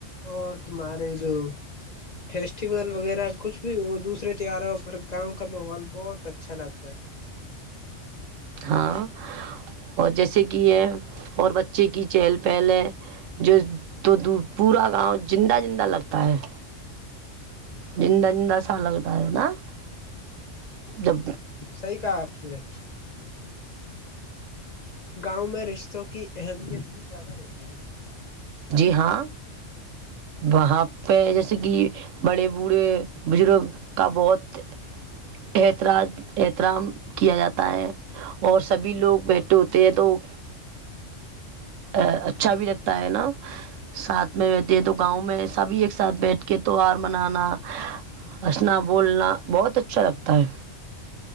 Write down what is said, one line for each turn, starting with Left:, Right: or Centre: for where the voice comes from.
Left: اور تمہارے جو فیسٹیول وغیرہ کچھ بھی وہ دوسرے تیواروں پر گاؤں کا ماحول بہت اچھا لگتا ہے
Right: ہاں اور جیسے کہ یہ اور بچے کی چہل پہل ہے جو تو پورا گاؤں زندہ زندہ لگتا ہے جندہ جندا سا لگتا ہے نا جب
Left: صحی کہا آپ نے گاؤں میں رشتوں کی اہمیت بھی زیادہ ہوتی ہے
Right: جی ہاں وہاں پہ جیسے کہ بڑے بوڑھے بزرگ کا بہت احتراج احترام کیا جاتا ہے اور سبھی لوگ بیٹھے ہوتے ہیں تو اچھا بھی لگتا ہے ساتھ میں رہتی ہے تو گاؤں میں سبھی ایک ساتھ بیٹھ کے تیوار منانا ہنسنا بولنا بہت اچھا لگتا ہے